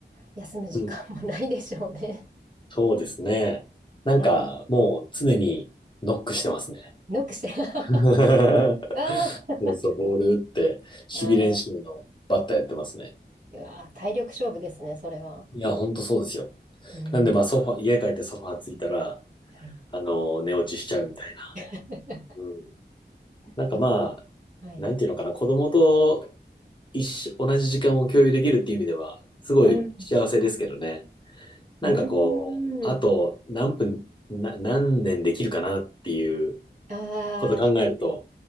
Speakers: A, on the right; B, on the left.
A: 休む時間もないでしょうね。
B: うん。そうですね。なんか、
A: うん。
B: もう常にノックしてますね。
A: ノックして。<laughs>
B: <laughs>
A: あー
B: そうそう、ボール打って、守備練習のバッターやってますね。
A: あー、うわあ体力勝負ですね、それは。
B: いや、ほんとそうですよ。
A: うん。
B: なんで、まあ、ソファ、家帰ってソファーついたら、
A: はい。
B: あの、寝落ちしちゃうみたいな。
A: <laughs>
B: うん。なんかまあ、
A: おはい。
B: なんていうのかな、子供と一緒、同じ時間を共有できるっていう意味では、すごい幸せですけどね。
A: うん。
B: なんかこう、
A: うん。
B: あと何分、な、何年できるかなっていう
A: あ
B: こと考えると、